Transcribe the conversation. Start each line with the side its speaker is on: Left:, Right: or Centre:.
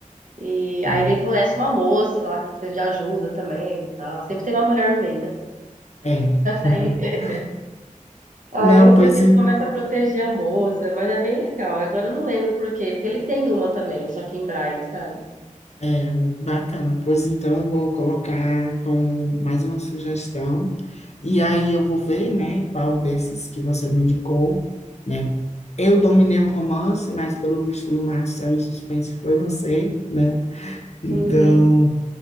Right: e
Left: Hum.
Right: aí ele conhece uma moça lá que precisa de ajuda também e tal. Sempre tem uma mulher no meio, né?
Left: É. <laughs>
Right: Aí, aí
Left: Não,
Right: eu
Left: pois
Right: sei que ele começa a proteger a moça, mas é bem legal. Agora eu não lembro por quê, porque ele tem uma também, só que em Braille, sabe?
Left: É, muito bacana. Pois então, vou colocar como mais uma sugestão. E aí eu vou ver, né, qual desses que você me indicou, né? Eu dominei o romance, mas pelo visto na ação e suspense foi você, né? Então,
Right: Uhum.